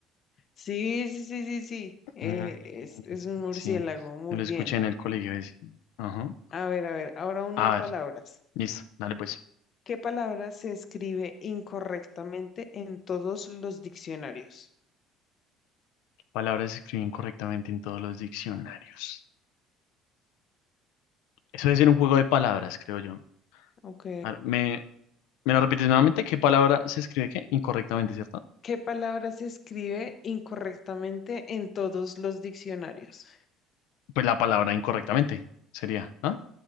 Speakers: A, on the left; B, on the left.
A: Sí, sí, sí, sí, sí. Eh,
B: Mm,
A: es, es un murciélago,
B: sí, yo
A: muy
B: lo escuché
A: bien.
B: en el colegio ese. Ajá.
A: A ver, a ver, ahora uno
B: A
A: de palabras.
B: ver, listo, dale pues.
A: ¿Qué palabra se escribe incorrectamente en todos los diccionarios?
B: Palabras se escriben correctamente en todos los diccionarios. Eso debe ser un juego de palabras, creo yo.
A: Ok.
B: A ver, ¿me, me la repites nuevamente? ¿Qué palabra se escribe qué? Incorrectamente, ¿cierto?
A: ¿Qué palabra se escribe incorrectamente en todos los diccionarios?
B: Pues la palabra incorrectamente sería, ¿no?